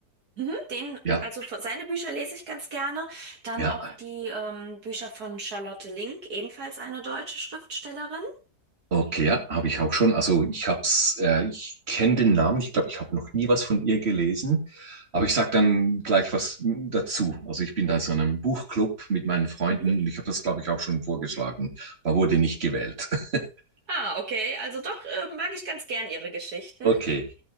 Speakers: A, on the right; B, on the right.
A: Mhm. Den,
B: Ja,
A: also von- seine Bücher lese ich ganz gerne. Dann
B: ja.
A: auch die ähm, Bücher von Charlotte Link, ebenfalls eine deutsche Schriftstellerin.
B: Okay, ja, habe ich auch schon. Also ich hab's, äh, ich kenne den Namen. Ich glaube, ich habe noch nie was von ihr gelesen. Aber ich sag dann gleich was mm, dazu. Also ich bin da so in so einem Buchclub mit meinen Freunden
A: Mhm.
B: und ich habe das, glaube ich, auch schon vorgeschlagen, aber wurde nicht gewählt. <laughs>
A: Ah, okay. Also doch, äh, mag ich ganz gern ihre Geschichten.
B: Okay.